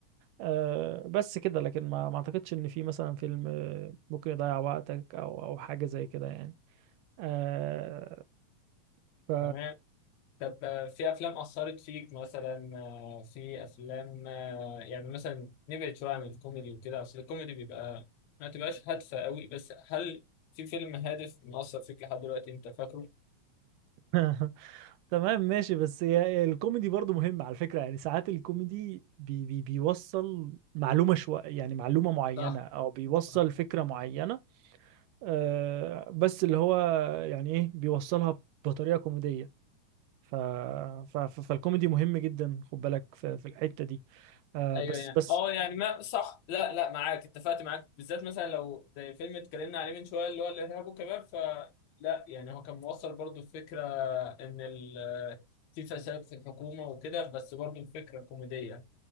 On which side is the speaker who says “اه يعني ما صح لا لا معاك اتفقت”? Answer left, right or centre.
Left